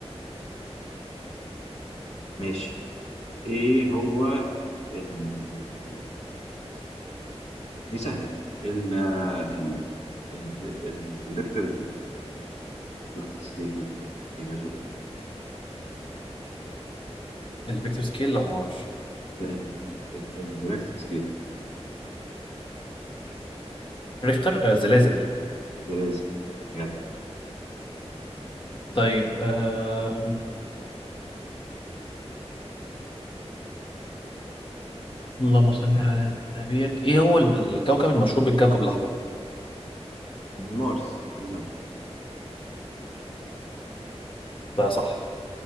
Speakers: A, on the left; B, on the left.
A: ماشي ايه هو ال... دي سهله دي ال ال ال- الريكتر الريكتر سكيل ده بي... بيميجر ايه؟
B: الفيكتور سكيل لا ما اعرفش
A: ال... ال... ال... الريكتر سكيل
B: ريختر آه زلازل
A: بلازر بجد
B: طيب آه اللهم صل على نبيك ايه هو الب- الكوكب المشهور بالكوكب الاحمر
A: مارس دي سهله
B: ده صح